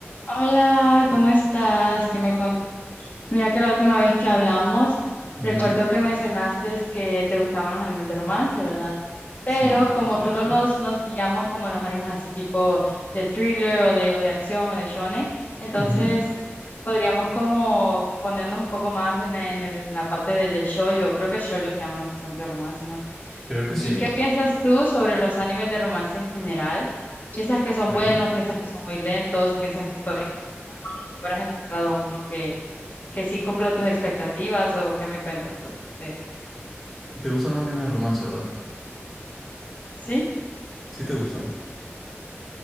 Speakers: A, on the left; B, in the centre.
A: Hola, ¿cómo estás? ¿Qué me cont- Mira que la última vez que hablamos,
B: Ujú,
A: recuerdo que mencionaste que te gustaban los animes de romance, ¿verdad? Pero
B: Sí,
A: como
B: es cierto.
A: solo nos, nos guiamos como en los animes así tipo de thriller o de, o de acción o de shonen, entonces
B: Ujú,
A: podríamos como ponernos un poco más en, la- en, el- en la parte de- del shoujo, creo que shoujo se llaman los que son de romance, ¿no?
B: Creo que
A: ¿Y
B: sí.
A: qué piensas tú sobre los animes de romance en general? ¿Piensas que son
B: Ok.
A: buenos? ¿Piensas que son muy lentos? ¿Piensas que pueden... mejorar? ¿O a lo mejor ¿Has encontrado uno que, que sí cumpla tus expectativas o qué me cuentas tú de eso?
B: ¿Te gustan los animes de romance, verdad?
A: ¿Sí?
B: Sí te gustan.